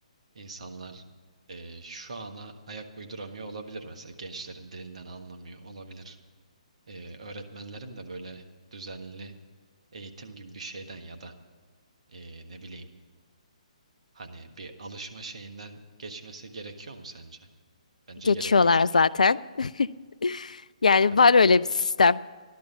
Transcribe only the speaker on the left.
Geçiyorlar
zaten. <laughs> Yani
var öyle bir sistem.